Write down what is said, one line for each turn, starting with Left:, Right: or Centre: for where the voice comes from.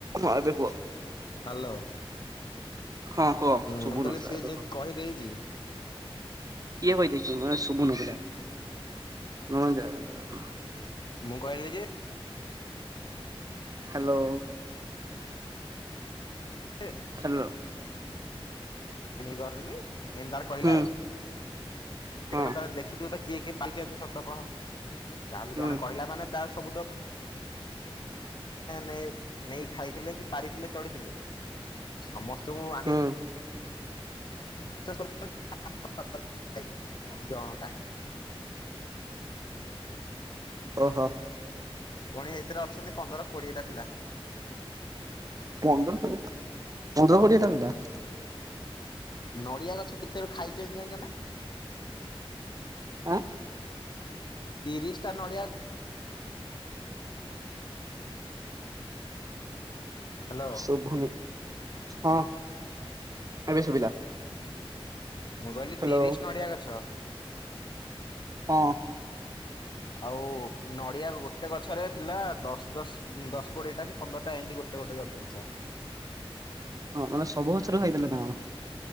Right: ହଁ ଏବେ କୁହ।
Left: ହ୍ୟାଲୋ
Right: ହଁ କୁହ
Left: ହୁଁ
Right: ଶୁଭୁ
Left: ମୁଁ କହିଲି
Right: ନଥିଲା
Left: ସିଏ
Right: ଏବେ
Left: ଯେମିତି
Right: କୁହ
Left: କହିଦେଇଛି।
Right: କିଏ କହି ଦେଇଛି ମୋତେ ଶୁଭୁନ ଥିଲା ନ ଯ
Left: ମୁଁ କହିଲି ଯେ
Right: ହାଲୋ
Left: <unintelligible>
Right: ହାଲୋ
Left: ମୁଁ କରି ନି ଏଇଁ ତାର କହିଲା
Right: ହୁଁ
Left: ଆଉ ସେ
Right: ହଁ
Left: କିହିଲା ତାର ଦେଖିଥିବୁ ତ କିଏ କିଏ ପାଇଛନ୍ତି ଶବ୍ଦ କହ ଯାହାହେଲେ
Right: ହୁଁ
Left: ଜଣେ କହିଲା ମାନେ ତାର ସବୁ ତ ନେଇ ନେଇ ଖାଇଥିଲେ କି ପାରିଥିଲେ ଚଢ଼ିଥିଲେ ସମସ୍ତଙ୍କୁ
Right: ହୁଁ
Left: ବିଶ୍ବାସ <inaudible> ଜଣକା
Right: ଓହୋ।
Left: ପୁଣି ଏଇଥିରେ ଅଛନ୍ତି ପନ୍ଦର କୋଡି଼ଏଟା ପିଲା।
Right: ପନ୍ଦର କୋଡ଼ିଏ ପନ୍ଦର କୋଡ଼ିଏ ଟା ପିଲା।
Left: ନଡ଼ିଆ ଗଛ କେତେବେଳେ ଖାଇଛନ୍ତି ଜାଣିଛ ନା?
Right: ଆଁ।
Left: ତିରିଶିଟା ନଡି଼ଆ। ହ୍ୟାଲୋ
Right: ଶୁଭୁନି ହଁ ଏବେ ଶୁଭିଲା।
Left: ମୁଁ କହିଲି
Right: ହ୍ୟାଲୋ
Left: ତିରିଶ୍ ନଡ଼ିଆ ଗଛ।
Right: ହଁ।
Left: ଆଉ ନଡ଼ିଆ ଗୋଟେ ଗଛରେ ଥିଲା ଦଶ୍ ଦଶ୍ ଦଶ କୋଡି଼ଏ ଟା କି ପନ୍ଦରଟା ଏମିତି ଗୋଟେ ଗୋଟେ ଗଛ ପିଛା।
Right: ହଁ ମାନେ ସବୁ ଗଛରୁ ଖାଇଦେଲେ ନା କଣ?